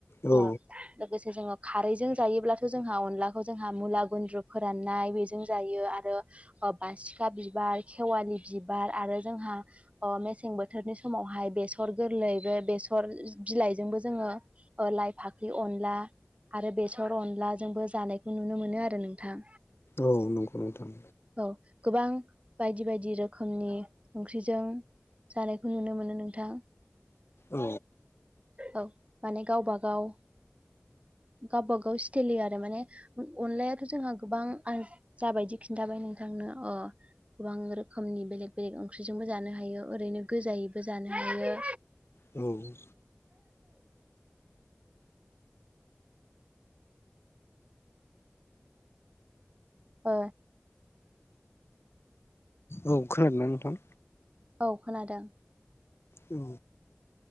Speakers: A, on the left; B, on the right.
A: औ।
B: ओ लोगोसे जोङो खारैजों जायोब्लाथ' जोंहा अनलाखौ जोंहा मुला गुन्द्रु फोराननाय बेजों जायो आरो। ओ बासि खा बिबार खेवालि बिबार आरो जोंहा ओ मेसें बोथोरनि समावहाय बेसर गोरलै बे बेसर बिलाइजोंबो जोङो लाइ फाख्रि अनला आरो बेसर अनलाजोंबो जानायखौ नुनो मोनो आरो नोंथां।
A: औ नंगौ नोंथां
B: औ गोबां बायदि बायदि रोखोमनि ओंख्रिजों जानायखौ नुनो मोनो नोंथां।
A: औ
B: औ माने गावबा गाव गावबा गाव सथेलयै आरो माने अनलायाथ' जोंहा गोबां जाबायदि खिन्थाबाय नोंथांनो अ गोबां रोखोमनि बेलेग बेलेग ओंख्रिजोंबो जानो हायो ओरैनो गोजायैबो जानो हायो
A: औ
B: ओ
A: औ खोनादोंना नोंथां?
B: औ खोनादों।
A: औ